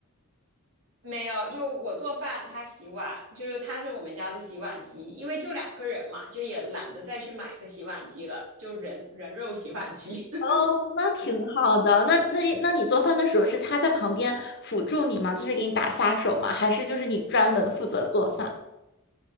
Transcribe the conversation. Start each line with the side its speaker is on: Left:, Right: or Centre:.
Right: 没有，就我做饭，他洗碗，就是他是我们家的洗碗机，因为就两个人嘛，就也懒得再去买个洗碗机了，就人人肉洗碗机。<laughs>
Left: 哦，那挺好的。那那那你做饭的时候是他在旁边辅助你吗？就是给你打下手吗？还是就是你专门负责做饭？<laughs>